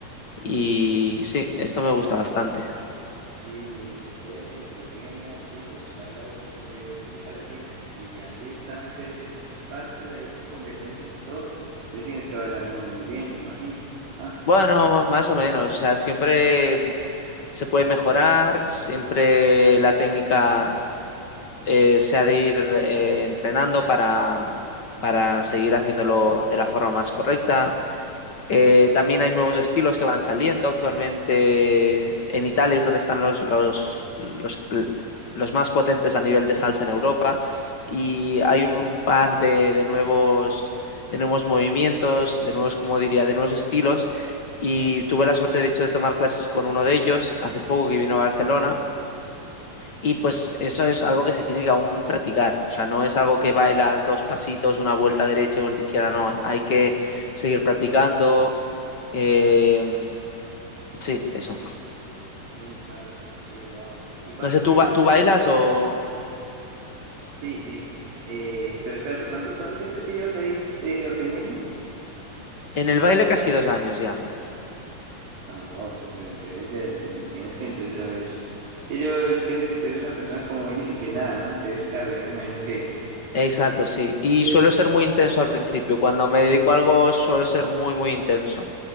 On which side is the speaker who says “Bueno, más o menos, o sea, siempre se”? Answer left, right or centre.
Left